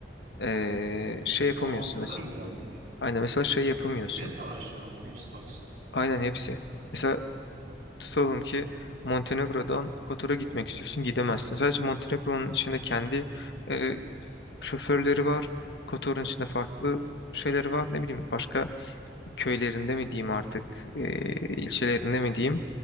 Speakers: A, on the left; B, on the right.
A: E, şey yapamıyorsun
B: Aa ne kadar
A: mesela.
B: güzelmiş.
A: Aynen mesela şey yapamıyorsun.
B: Çok Tesla araçları mı? Hepsi taksi.
A: Aynen hepsi. Mesela tutalım ki Montenegro'dan Kotor'a gitmek istiyorsun. Gidemezsin. Sadece Montenegro'nun içinde kendi e, şoförleri var. Kotor'un içinde farklı şeyleri var. Ne bileyim başka köylerinde mi diyeyim artık e, ilçelerinde mi diyeyim